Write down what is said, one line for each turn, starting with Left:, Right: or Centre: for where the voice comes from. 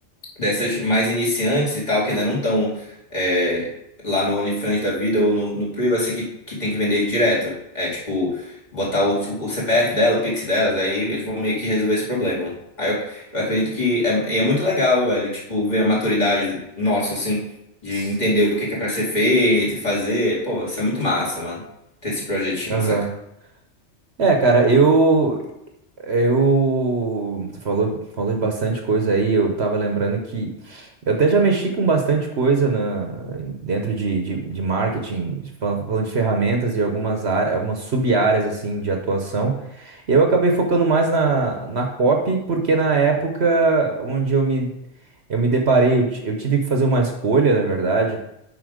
Left: dessas mais iniciantes e tal, que ainda não estão é, lá no OnlyFans da vida ou no, no Privacy, que, que tem que vender direto. É tipo, botar o, o CPF dela, o Pix delas, aí eles vão meio que resolver esse problema. Aí eu, eu acredito que é, e é muito legal, velho, tipo, ver a maturidade nossa, assim, de
Right: s-
Left: entender o que é que é pra ser feito e fazer. Pô, isso é muito massa, mano, ter esse projetinho,
Right: Aham.
Left: saca?
Right: É, cara, eu Eu você falou, falou de bastante coisa aí. Eu tava lembrando que eu até já mexi com bastante coisa na, dentro de, de, de marketing, fal- falando de ferramentas e algumas áreas, algumas sub-áreas assim de atuação. Eu acabei focando mais na, na copy, porque na época onde eu me, eu me deparei, eu, ti- eu tive que fazer uma escolha, na verdade